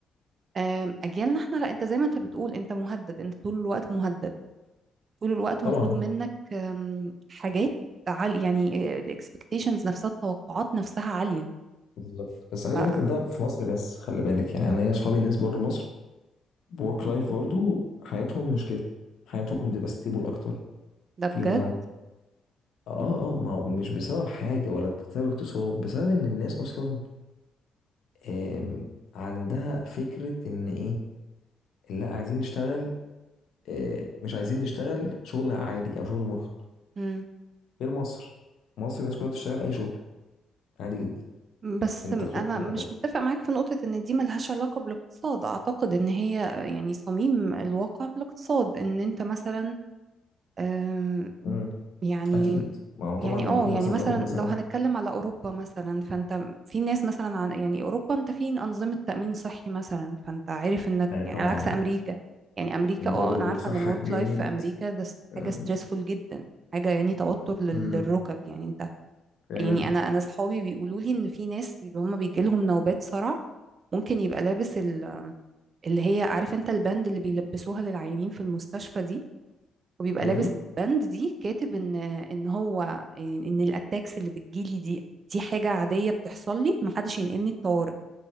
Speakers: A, on the right; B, on the left.
A: أم، اجيالنا احنا لا انت زي ما انت بتقول انت مهدد انت طول الوقت مهدد طول الوقت
B: طبعا
A: مطلوب منك آم، حاجات عالية يعني الاكسبكتيشنز نفسها التوقعات نفسها عالية
B: بالظبط بس عايز
A: فده
B: أقول لك إن ده في مصر بس خلي بالك يعني أنا ليا أصحابي ناس بره مصر بورك لايف برضو حياتهم مش كده حياتهم بتبقى ستيبل أكتر
A: بجد
B: فيها آه آه ما هو مش بسبب حاجة ولا بسبب اقتصاد بسبب إن الناس أصلا آم، عندها فكرة إن إيه لا عايزين نشتغل آه، مش عايزين نشتغل شغل عادي أو شغل مرهق
A: مم.
B: غير مصر مصر الناس كلها بتشتغل أي شغل عادي جدا
A: بس
B: أنت
A: انا
B: تحط أحط
A: مش متفق معاك في نقطة ان دي ملهاش علاقة بالاقتصاد اعتقد ان هي آه، يعني صميم الواقع بالاقتصاد ان انت مثلا آم،
B: مم.
A: يعني
B: أكيد ما هو
A: يعني
B: طبعا لما
A: اه
B: أكون
A: يعني
B: مثلا
A: مثلا
B: بقبض مثلا
A: لو هنتكلم على اوروبا مثلا فانت في ناس مثلا عن يعني اوروبا انت في انظمه تامين صحي مثلا فانت عارف انك
B: آه
A: يعني
B: طبعا
A: على عكس امريكا يعني امريكا
B: الضرايب
A: اه انا
B: اللي
A: عارفه
B: بتدفعها
A: ان الورك
B: جامد
A: لايف في امريكا ده س-
B: آم،
A: حاجه ستريسفول جدا حاجه يعني توتر لل-
B: مم،
A: للركب يعني انت
B: آه،
A: يعني انا انا اصحابي بيقولوا لي ان في ناس اللي هم بيجي لهم نوبات صرع ممكن يبقى لابس ال- اللي هي عارف انت البند اللي بيلبسوها للعيانين في المستشفى دي وبيبقى
B: أيوه
A: لابس بند دي كاتب ان ان هو ان الاتاكس اللي بتجيلي دي دي حاجه عاديه بتحصل لي محدش ينقلني الطوارئ